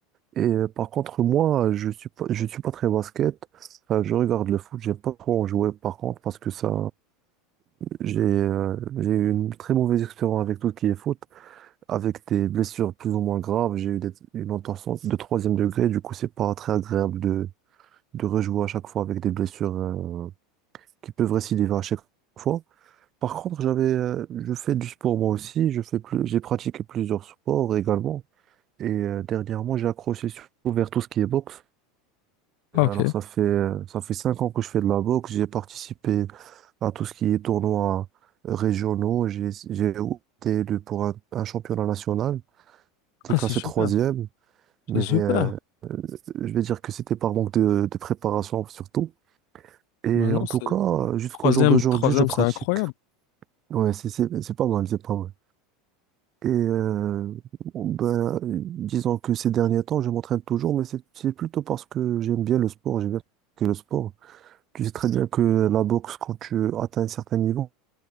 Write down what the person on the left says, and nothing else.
Ah,
ok.
Ah,
c'est super.
C'est super.
Non, non,
c'est
troisième,
troisième,
c'est incroyable.